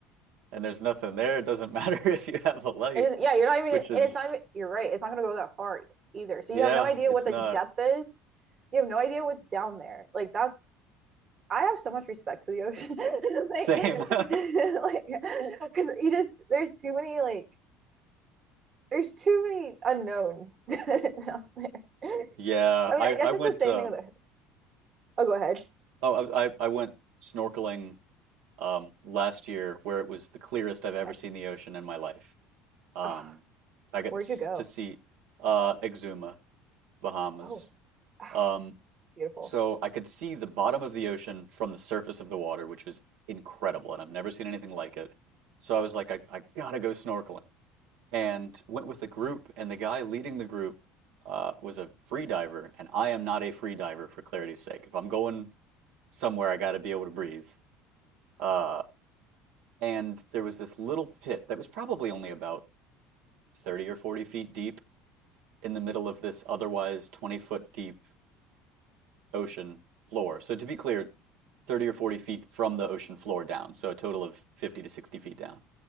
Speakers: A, on the right; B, on the right.
A: and there's nothing there, it doesn't matter <laughs> if you have a light,
B: It is, yeah, you're not even,
A: which
B: and
A: is,
B: it's not even, you're right. It's not going to go that far either. So
A: yeah,
B: you have no idea
A: it's
B: what the
A: not
B: depth is. You have no idea what's down there. Like, that's, I have so much respect for the ocean. <laughs> like,
A: same. <laughs>
B: <laughs> like, because you just, there's too many, like, there's too many unknowns <laughs> down there. I
A: Yeah, I
B: mean, I
A: I
B: guess
A: went
B: it's the same
A: uh
B: thing with this. Oh, go ahead.
A: oh I I I went snorkeling um, last year where it was the clearest I've ever
B: Nice.
A: seen the ocean in my life. Um,
B: Oh,
A: I got
B: where'd
A: s-
B: you go?
A: to see uh, Exuma, Bahamas.
B: Oh, ah,
A: Um,
B: beautiful.
A: so I could see the bottom of the ocean from the surface of the water, which was incredible, and I've never seen anything like it. So I was like, I, I gotta go snorkeling, and went with a group, and the guy leading the group uh, was a free diver, and I am not a free diver for clarity's sake. If I'm going somewhere, I gotta be able to breathe. Uh, And there was this little pit that was probably only about 30 or 40 feet deep in the middle of this otherwise 20 foot deep ocean floor. So to be clear, 30 or 40 feet from the ocean floor down. So a total of 50 to 60 feet down.